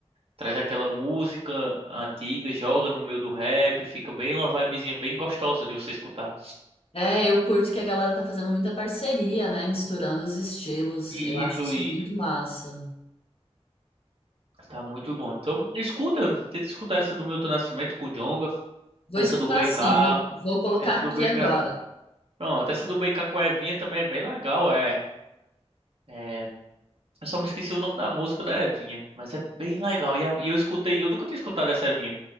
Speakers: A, on the right; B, on the left.
A: Traz aquela música antiga, joga no meio do rap, fica bem uma vibezinha bem gostosa de você escutar.
B: É, eu curto que a galera tá fazendo muita parceria, né? Misturando os estilos.
A: Isso,
B: Eu acho isso
A: isso.
B: muito massa.
A: Tá muito bom. Então, escuta, tenta escutar essa do Milton Nascimento com o Djonga,
B: Vou
A: essa
B: escutar
A: do
B: sim,
A: BK,
B: vou vou colocar
A: essa
B: aqui
A: do
B: agora.
A: BK Pronto, essa do Brincar com a Evinha também é bem legal, é. É, eu só me esqueci o nome da música da Evinha, mas é bem legal. E, a- e eu escutei, eu nunca tinha escutado essa Evinha.